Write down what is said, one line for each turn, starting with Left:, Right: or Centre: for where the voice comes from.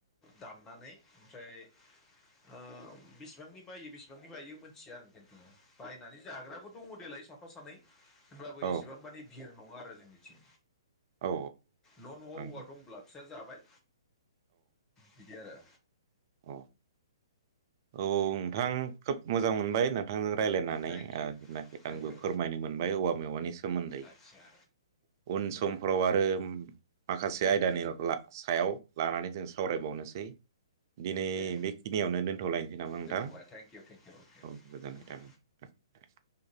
Left: दाननानै ओमफ्राय
Right: <unintelligible>
Left: ओ बिसिबांनि बायो बेसिबांनि बायो मिथिया आं खिन्थु बायनानै जाग्राबो दङ देलाय सा साफा सानै होनब्लाबो
Right: औ
Left: एसेबां माने भिर नङा आरो जोंनिथिं।
Right: औ
Left: न'न'आव औवा
Right: औ
Left: दंब्ला बिसा जाबाय बिदि आरो।
Right: औ औ औ नोंथां खोब मोजां मोनबाय नोंथांजों रायलायनानै
Left: थेंक इउ
Right: जेनाखि
Left: थेंक
Right: आंबो
Left: इउ
Right: फोरमायनो मोनबाय औवा मेवानि सोमोन्दै।
Left: आदसा
Right: उन समफोराव आरो माखासे
Left: दे
Right: आयदानि ला सायाव लानानै जों सावरायबावनोसै। दिनै
Left: दे
Right: बेखिनियावनो दोन्थ'लायनोसै नामा नोंथां
Left: दोनथ'बाय thank you thank you okay
Right: औ गोजोननाय
Left: दे
Right: थाबाय <unintelligible>